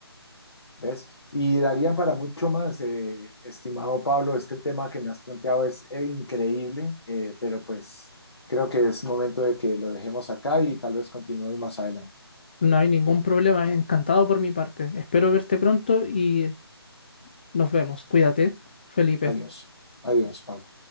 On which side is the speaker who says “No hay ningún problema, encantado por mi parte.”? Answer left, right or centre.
Left